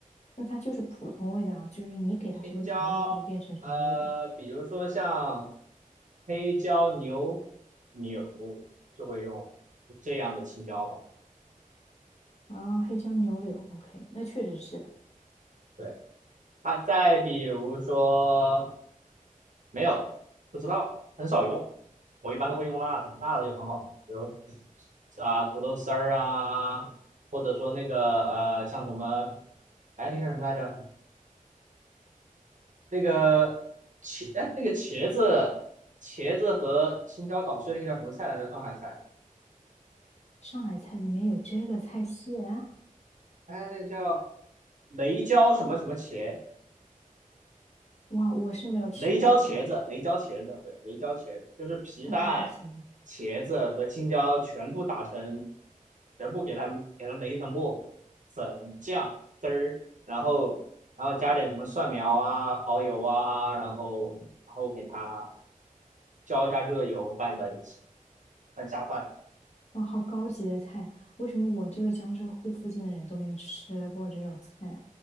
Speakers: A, on the left (about 50°); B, on the right (about 60°).
A: 那它就是普通味道啊，就是你给它什么调料，
B: 青椒，
A: 它就变成什么味道。
B: 呃，比如说像黑椒牛柳就会用这样的青椒吧。
A: 哦，黑椒牛柳，OK，那确实是的。
B: 对，啊，再比如说没有，不知道，很少用，我一般都会用辣的，辣的就很好用，比如啊土豆丝儿啊，或者说那个呃像什么，哎那个什么来着，那个茄，哎，那个茄子，茄子和青椒捣碎那个叫什么菜来着？上海菜，
A: 上海菜里面有这个菜系啊，
B: 哎，那个叫雷椒什么什么茄，
A: 哇，我是没有吃过啊
B: 雷椒茄子，雷椒茄子，对，雷椒茄子就是皮蛋、
A: 太高级了，
B: 茄子和青椒全部打成，全部给它给它擂成沫，粉酱汁儿，然后然后加点什么蒜苗啊、蚝油啊，然后然后给它浇一下热油拌在一起，很下饭。
A: 哇，好高级的菜，为什么我这个江浙沪附近的人都没有吃过这种菜？啊？